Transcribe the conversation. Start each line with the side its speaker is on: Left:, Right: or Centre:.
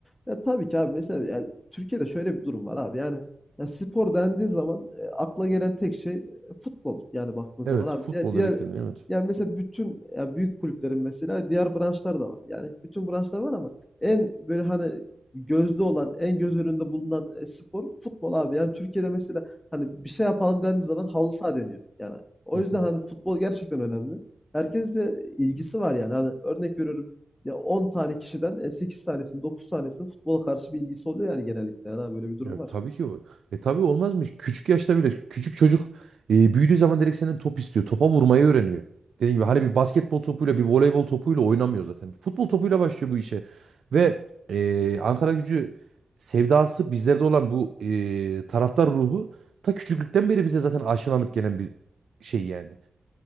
Left: Ya tabii ki abi mesela yani Türkiye'de şöyle bir durum var abi. Yani ya spor dendiği zaman e, akla gelen tek şey e, futbol. Yani baktığın zaman
Right: Evet,
Left: abi
Right: futbol
Left: ya diğer
Right: direkt dedin, evet.
Left: yani mesela bütün ya büyük kulüplerin mesela diğer branşlar da var. Yani bütün branşlar var ama en böyle hani gözde olan, en göz önünde bulunan e, spor futbol abi. Yani Türkiye'de mesela hani bir şey yapalım dendiği zaman halı saha deniyor. Yani o
Right: <laughs>
Left: yüzden hani futbol gerçekten önemli. Herkes de ilgisi var yani. Hani örnek veriyorum ya 10 tane kişiden e, 8 tanesinin 9 tanesinin futbola karşı bir ilgisi oluyor yani genellikle. Yani böyle bir durum
Right: Ya
Left: var.
Right: tabii ki o. E tabii olmaz mı? Küçük yaşta bile küçük çocuk e, büyüdüğü zaman direkt senden top istiyor. Topa vurmayı öğreniyor. Dediğim gibi hani bir basketbol topuyla bir voleybol topuyla oynamıyor zaten. Futbol topuyla başlıyor bu işe. Ve e, Ankara Gücü sevdası bizlerde olan bu e, taraftar ruhu ta küçüklükten beri bize zaten aşılanıp gelen bir şey yani.